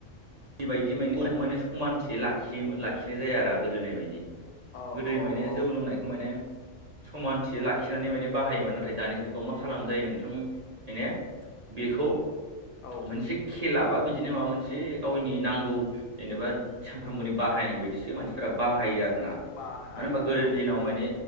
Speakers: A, on the right; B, on the left.
A: बिबायदि माने बेखौ माने समानथि लाखि लाखिनाय जाया आरो गोदोनाय बायदि।
B: औ
A: गोदो
B: औ
A: माने
B: औ
A: जौ लोंनायखौ माने। समानथि लाखिनानै माने बाहायोमोन नाथाय दानि जुगाव मा खालामनाय जायो नोंथां माने। बेखौ
B: औ
A: मोनसे खेला बा बिदिनो माबा मोनसे। गावनि नांगौ जेनेबा सानफ्रोमबोनि बाहायनाय बायदिसो मानसिफोरा बाहायो आरो। मानो
B: बाहायो
A: होनबा गोदोनि
B: औ
A: दिनाव मानि।